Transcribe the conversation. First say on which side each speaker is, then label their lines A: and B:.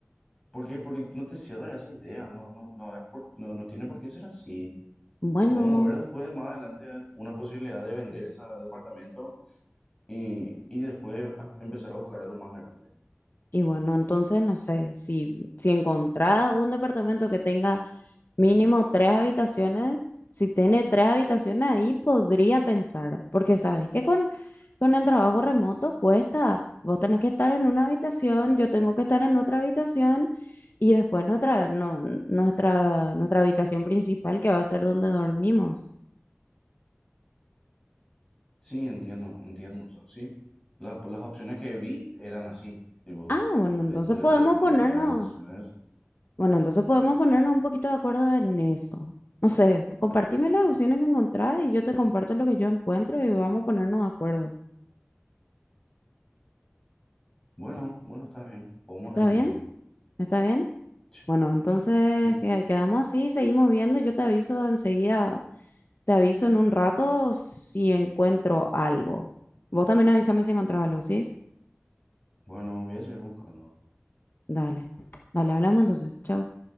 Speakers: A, on the left; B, on the left.
A: ¿Por qué? Porque no te cierras esa idea, no, no, no, es por, no, no tiene por qué ser así.
B: Bueno.
A: Podemos ver después, más adelante, una posibilidad de vender ese departamento y, y después a- empezar a buscar algo más grande.
B: Y bueno, entonces no sé, si, si encontrás un departamento que tenga mínimo tres habitaciones, si tiene tres habitaciones ahí podría pensar, porque sabes que con, con el trabajo remoto cuesta, vos tenés que estar en una habitación, yo tengo que estar en otra habitación y después nuestra, no, nuestra, nuestra habitación principal que va a ser donde dormimos.
A: Sí, entiendo, entiendo, o sea, sí. Las, las opciones que vi eran así, tipo,
B: Ah, bueno, entonces
A: de, tre-
B: podemos
A: de, de
B: ponernos
A: tres habitaciones.
B: Bueno, entonces podemos ponernos un poquito de acuerdo en eso. No sé, compartime las opciones que encontrás y yo te comparto lo que yo encuentro y vamos a ponernos de acuerdo.
A: Bueno, bueno, está bien, podemos
B: ¿Está
A: ir viendo.
B: bien? ¿Está bien?
A: Sí,
B: Bueno, entonces
A: sí.
B: que- quedamos así, seguimos viendo. Yo te aviso enseguida, te aviso en un rato si encuentro algo. Vos también avísame si encontrás algo, ¿sí?
A: Bueno, voy a seguir buscando.
B: Dale, dale, hablamos entonces. Chao.